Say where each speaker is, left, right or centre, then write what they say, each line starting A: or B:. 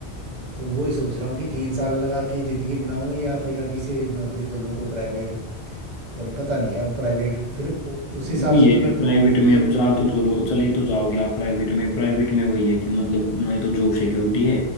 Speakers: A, on the right; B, on the left.
A: तो वो ही सोच रहा हूँ कि तीन साल लगा के ज़िंदगी बनाऊँ या फिर अभी से नौकरी कर लूँ कोई प्राइवेट पर पता नहीं अब प्राइवेट फिर उ- उस हिसाब
B: वही
A: से
B: है
A: तो मेरे
B: प्राइवेट में
A: ये-
B: अब जा तो चलो चले तो जाओगे आप प्राइवेट में प्राइवेट में वही है कि मतलब ना ही तो जॉब सिक्योरिटी है